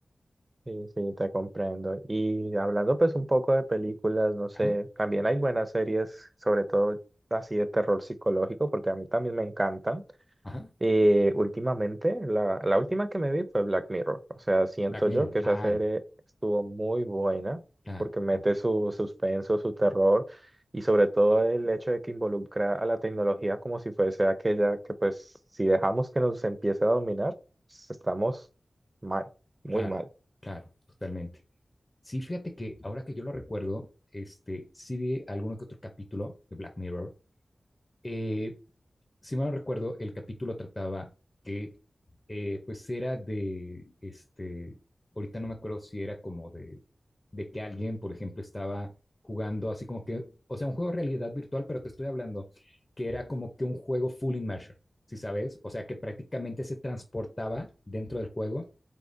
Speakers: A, on the right; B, on the left.
A: Sí, sí, te comprendo. Y hablando pues un poco de películas, no sé,
B: Ajá,
A: también hay buenas series, sobre todo así de terror psicológico, porque a mí también me encantan.
B: ajá.
A: Eh, últimamente, la, la última
B: Sí.
A: que me vi fue Black Mirror. O sea, siento
B: Black Mirror,
A: yo que
B: claro,
A: esa serie estuvo muy buena,
B: claro,
A: porque mete
B: claro,
A: su suspenso, su terror, y sobre todo el hecho de que involucra a la tecnología como si fuese aquella que pues si dejamos que nos empiece a dominar, pues, estamos mal, muy
B: claro,
A: mal.
B: claro, totalmente. Sí, fíjate que ahora que yo lo recuerdo, este, sí vi alguno que otro capítulo de Black Mirror, eh, si mal no recuerdo, el capítulo trataba que, eh, pues era de, este, ahorita no me acuerdo si era como de, de que alguien, por ejemplo, estaba jugando así como que, o sea, un juego de realidad virtual, pero te estoy hablando que era como que un juego full immersion, si sabes? O sea, que prácticamente se transportaba dentro del juego